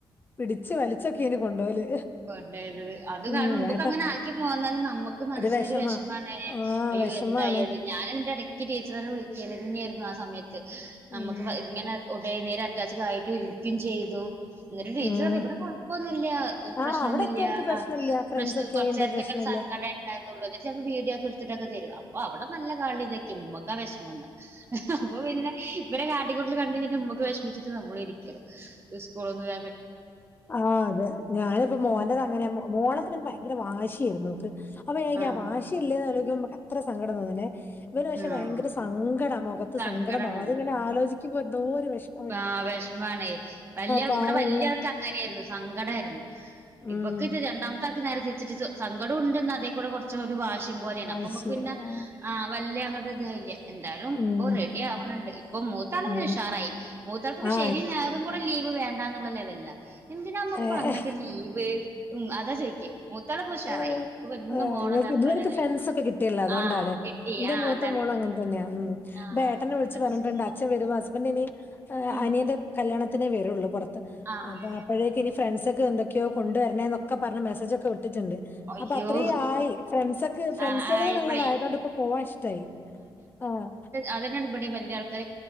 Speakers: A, on the left; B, on the right.
A: പിടിച്ച് വലിച്ചൊക്കെ ഇന് കൊണ്ടോവല്
B: <unintelligible> അത്കാരണം
A: ഉം
B: നമുക്ക്
A: ഏട്ടൻ
B: അങ്ങനെ ആക്കി പോന്നാലും നമ്മുക്ക് മനസ്സിനൊരു
A: ഒരു വെഷമാ.
B: വെഷ്മാണ് ഏഹ്
A: ആഹ്
B: അയ്യോ
A: വെഷമാണ്.
B: എന്തായത് ഞാനതിന്റെ എടയ്ക്ക് ടീച്ചറിനെ വിളിക് ലന്നെയായിരുന്നു ആ സമയത്ത് നമുക്ക്
A: ഉം
B: ഇങ്ങനെ <unintelligible> നേര പ്രശ്‌നായിട്ട് വിളിക്കയും ചെയ്തു അന്നേരം ടീച്ചറ്
A: ഉം.
B: പറഞ്ഞു ഇവിടെ കുഴപ്പമൊന്നുല്ല്യാ
A: ആഹ്
B: പ്രശ്നൊന്നുല്ല്യാ
A: അവടെ എത്തിയോർക്ക് പ്രശ്നല്ല. ഫ്രണ്ട്സൊക്കെ
B: പ്രശ്നം കുറച്ച്
A: ആയോണ്ട്
B: നേരത്തൊക്കെ
A: പ്രശ്നല്ല.
B: സങ്കടായിരു ന്നുള്ളു ചിലപ്പോ വീഡിയോ ഒക്കെ എടുത്തിട്ടൊക്കെ തരും അപ്പൊ അവിടെ നല്ല കളി ഇതൊക്കെയയി മ്മക്കാ വിഷമമെന്ന അപ്പൊ പിന്നെ ഇവരെ കാട്ടിക്കൂട്ടിൽ കണ്ട് കഴിഞ്ഞിട്ട് മ്മക്ക് വിഷമിച്ചിട്ട് നമ്മളിരിക്ക <unintelligible>
A: ആഹ് അതെ ഞാനിപ്പോ മോന്റതങ്ങനെയാ മോ മോള <unintelligible> ഭയങ്കര വാശിയായിരുന്നു അവക്ക് അപ്പൊ ഞാൻ വിചാരിക്കുവാ
B: ആഹ്
A: ആ വാശി ഇല്ലേന്നാലോചിക്കുമ്പോഴാ അത്ര സങ്കടം തോന്നില്ലേ ഇവന് പക്ഷെ ഭയങ്കര
B: ആഹ്
A: സങ്കട മുഖത്ത്
B: സങ്കടാണ്
A: സങ്കടഭാവ അതിങ്ങനെ ആലോചി ക്കുമ്പോ എന്തോ ഒരു വെഷ്
B: ആഹ് വെഷ്മാണെ വലിയാള്
A: പാവല്ലേ?
B: ഇവിടെ വലിയ ക്ക് അങ്ങനെയായിരുന്നു സങ്കടായിരുന്നു
A: മ്മ്.
B: ഇവക്ക് ഇത് രണ്ടാമത്ത ത്താക്ക് നേരെ തിരിച്ചിട്ട് സങ്കടം ഉണ്ട് എന്ന അതേ കൂടെ കുറച്ചൊരു വാശി പോലെയാണ്
A: വാശി.
B: അപ്പൊ നമ്മുക്ക് പിന്നെ
A: ആ.
B: ആഹ് വല്യ അങ്ങട്ട് ഇതായില്യ എന്തായാലും
A: മ്മ്.
B: ഇപ്പൊ റെഡി ആവണണ്ട് ഇപ്പൊ മൂത്താള് പിന്ന
A: ആ.
B: ഉഷാറായി മൂത്താൾക്ക് ഇപ്പ
A: ആ
B: ശനി ഞായറും കൂടെ ലീവ് വേണ്ടന്നുള്ള ലെവലിലാ എന്തിനാമ്മപ്പൊ
A: എന്റെ
B: അന്നൊക്കെ ലീവ് ഉം അതാ ചോയിക്കാ മൂത്താള് ഇപ്പൊ ഉഷാറായി
A: ആഹ്
B: ഇപ്പൊ എന്നും
A: ആഹ്
B: പോണംന്ന്
A: ഇവർക്ക്
B: പറഞ്ഞിട്ടുള്ള
A: ഇതുവർക്ക്
B: ലെവലില്
A: ഫ്രൻസ് ഒക്കെ കിട്ടിയല്ലോ അതുകൊണ്ടാണ്
B: ആഹ് കിട്ടി
A: എന്റെ
B: ആഹ്
A: മൂത്ത
B: അതാണ്
A: മോളും അങ്ങനെ തന്നെയാണ് ഉം
B: ആഹ്
A: ഇപ്പ ഏട്ടന് വിളിച്ച്
B: മനസ്സിക്ക്
A: പറഞ്ഞിട്ടുണ്ട് അച്ഛൻ വരും ഹസ്ബൻഡ് ഇനി
B: ഉം
A: അനിയന്റെ കല്യാണത്തിനേ വരുള്ളൂ പുറത്ത
B: ആഹ്
A: അപ്പൊ
B: ആഹ്
A: അപ്പോഴേക്കിനി ഫ്രണ്ട്സൊക്കെ എന്തൊക്കെയോ കൊണ്ടുവരണേന്നൊക്കെ ക്ക പറഞ്ഞ് മെസേജൊക്കെവിട്ടിട്ടുണ്ട്
B: അയ്യോ
A: അപ്പൊ അത്രേയായി ഫ്രണ്ട്സ് ഒക്കെ ഫ്രണ്ട്സള്ന്നുള്ളതായത്
B: ആഹ് ആയപ്പഴേ
A: കൊണ്ട് ഇപ്പോ പോവാൻ ഇഷ്ടായി ആഹ്
B: അതെന്നെ ഇവിടെയും വലിയ ആൾക്കാരെ